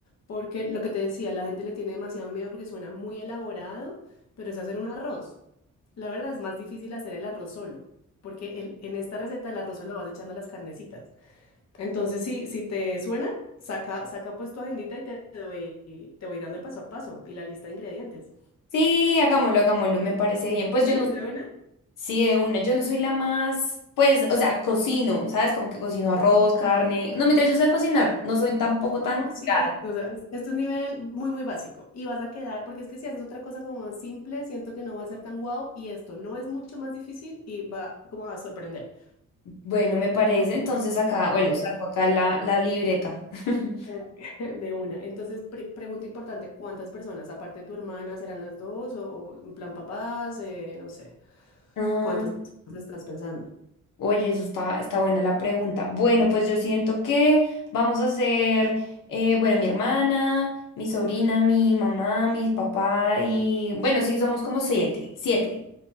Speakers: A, on the left; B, on the left.
A: porque lo que te decía, la gente le tiene demasiado miedo porque suena muy elaborado, pero es hacer un arroz. La verdad es más difícil hacer el arroz solo, porque el- en esta receta el arroz solo vas echando a las carnecitas. Entonces, si, si te suena, saca, saca pues tu agendita y te doy, te voy dando el paso a paso y la lista de ingredientes.
B: Sí, hagámoslo, hagámoslo, me parece bien. Pues yo
A: ¿Sí?
B: no
A: ¿De una?
B: Sí, de una. Yo no soy la más, pues, o sea, cocino, ¿sabes? Como que cocino arroz, carne. No, mentira, yo sé cocinar. No soy tampoco tan
A: No,
B: delgada.
A: sí, o sea, es- esto es un nivel muy, muy básico. Y vas a quedar, porque es que si haces otra cosa como más simple, siento que no va a ser tan guau y esto no es mucho más difícil y va como a sorprender.
B: Bueno, me parece. Entonces acá, bueno,
A: ¿Eh?
B: saco acá la, la libreta. <laughs>
A: <laughs> De una. Entonces, pre- pregunta importante, ¿cuántas personas, aparte de tu hermana, serán las dos o, o en plan papás? eh, no sé,
B: Ah,
A: ¿cuántas personas estás pensando?
B: oye, eso está, está buena la pregunta. Bueno, pues yo siento que vamos a hacer, eh, bueno, mi hermana, mi sobrina, mi mamá, mi papá y, bueno, sí, somos como siete, siete.